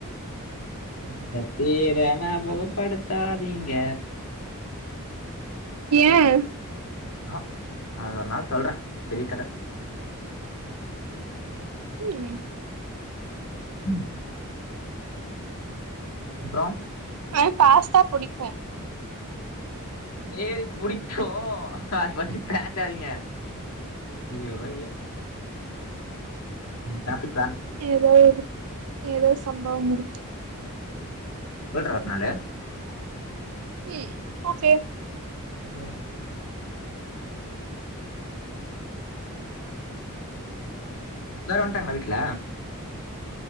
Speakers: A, on the left (about 75°); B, on the right (about 80°).
A: இந்த பேர ஞாபக படுத்தாதீங்க
B: ஏன்
A: ஆ அது ஒரு நாள் சொல்றேன் பெரிய கதை
B: ம்
A: ம் அப்றோ
B: ஆ பாஸ்தா புடிக்கும்
A: ஏரி புடிக்சோ அது பத்தி பேசாதீங்க இயோ ஐயோ <unintelligible>
B: ஏதோவுது ஏதோ சம்பவம் முடுத்து
A: <unintelligible>
B: இ ஓகே
A: அத இதாரு வந்துட்டாங்குளா வீட்ல